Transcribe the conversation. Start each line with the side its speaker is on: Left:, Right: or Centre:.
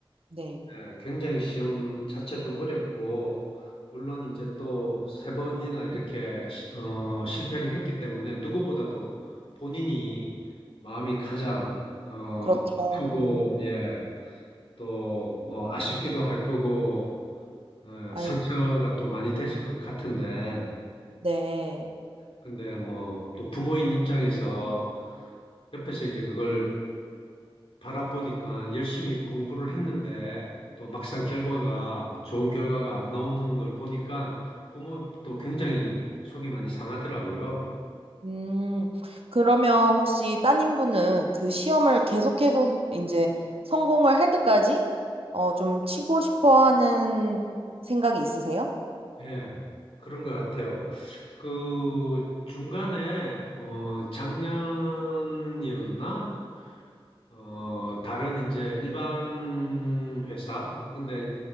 Right: 네.
Left: 네, 굉장히 시험 자체도 어렵고, 물론 이제 또 세 번이나 이렇게 시- 어, 실패를 했기 때문에 누구보다도 본인이 마음이 가장 어,
Right: 그렇죠.
Left: 아프고, 예, 또 뭐 아쉽기도 할 거고, 예,
Right: 아이,
Left: 상처가 또 많이 됐을 것 같은데,
Right: 네.
Left: 근데 뭐 또 부모인 입장에서 옆에서 이제 그걸 바라보니까 열심히 공부를 했는데 또 막상 결과가 좋은 결과가 안 나오는 걸 보니까 부모도 굉장히 속이 많이 상하더라고요.
Right: 음, 그러면 혹시 따님분은 그 시험을 계속해서 이제 성공을 할 때까지 어, 좀 치고 싶어 하는 생각이 있으세요?
Left: 예, 그런 것 같아요. 그 중간에 어 작년이었나? 어 다른 이제 일반 회사 근데